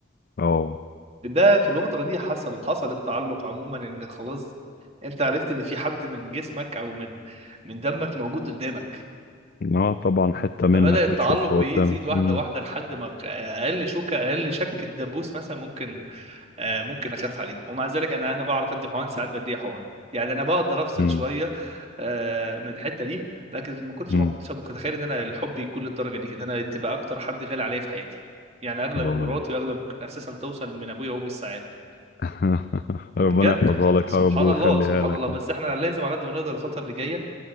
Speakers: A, on the left; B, on the right.
A: اه
B: ده في الفتره دي حصل حصل التعلق عموما ان خلاص انت عرفت ان في حد من جسمك او من من دمك موجود قدامك
A: اه طبعا حتة منك
B: فبدأ التعلق
A: بتشوفها
B: بيه
A: قدامك
B: يزيد واحدة
A: مم.
B: واحدة لحد ما أقل شك أقل شك الدبوس مثلا ممكن آه، ممكن أخاف عليها ومع ذلك أنا أنا بعرف أدي حقن ساعات بدي حقن يعني أنا بقدر أفصل
A: مم.
B: شوية آه، من الحتة دي لكن ما كنتش
A: مم.
B: ما كنتش متخيل إن أنا الحب يكون للدرجة دي إن أنا تبقى أكتر حد غالي عليا في حياتي يعني أغلى
A: طبعاً.
B: من مراتي وأغلى ممكن أساسا توصل من أبويا وأمي الساعات
A: <laughs> ربنا
B: بجد
A: يحفظها لك
B: سبحان
A: يا رب ويخليها
B: الله سبحان
A: لك
B: الله بس
A: يعني
B: احنا لازم على قد ما نقدر الفترة اللي جاية